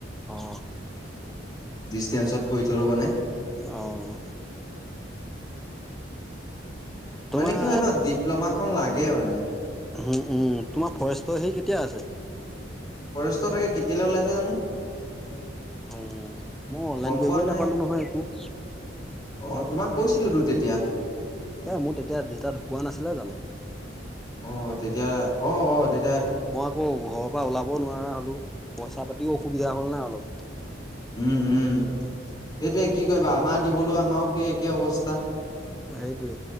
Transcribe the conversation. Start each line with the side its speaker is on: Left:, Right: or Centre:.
Centre: অঁ।
Left: ডিষ্টেঞ্চত কৰি থলো মানে
Centre: অহঁ। তোমাৰ
Left: মানে কি হয় ন ডিপ্ল'মা খন লাগে মানে।
Centre: উম! উম! তোমাৰ ফৰেষ্টৰ সে কেতিয়া আছে?
Left: ফৰেষ্টত আকে কেতিয়ালৈ ওলাইছে জানোঁ।
Centre: অ মই অনলাইন কৰিবই
Left: পোৱা নাই।
Centre: নাপালো নহয় একো-
Left: অ তোমাক কৈছিলো তো তেতিয়া।
Centre: এ মোৰ তেতিয়া দেউতা ঢুকুকোৱা নাছিলে জানো?
Left: অ তেতিয়া অ অহ
Centre: মই আকৌ ঘৰৰ পৰা ওলাব নোৱাৰা হলো, পইচা পাতিও অসুবিধা হ'ল নাই অলপ,
Left: উম! উম! লয়সেইটোয়ে কি কৰিবা
Centre: ঘৰত
Left: আমাৰ দিবলৈ আমাৰও সেই একে অৱস্থা।
Centre: সেইটোৱেই।